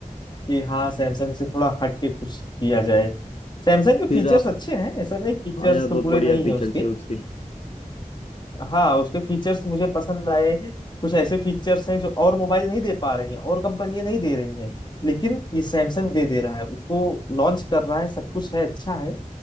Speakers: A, on the left (about 30°); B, on the left (about 50°).
A: कि हाँ सैमसंग से थोड़ा हट के कुछ किया जाए सैमसंग के
B: फिर
A: फीचर्स
B: आप
A: अच्छे हैं ऐसा नहीं फीचर्स
B: हाँ यार बहुत
A: तो बुरे
B: बढ़िया
A: नहीं
B: फीचर्स
A: है उसके
B: है उसकी
A: हाँ उसके फीचर्स मुझे पसंद आए कुछ ऐसे फीचर्स हैं जो और मोबाइल नहीं दे पा रही हैं और कंपनियां नहीं दे रही हैं लेकिन ये सैमसंग दे दे रहा है उसको लॉन्च कर रहा है सब कुछ है अच्छा है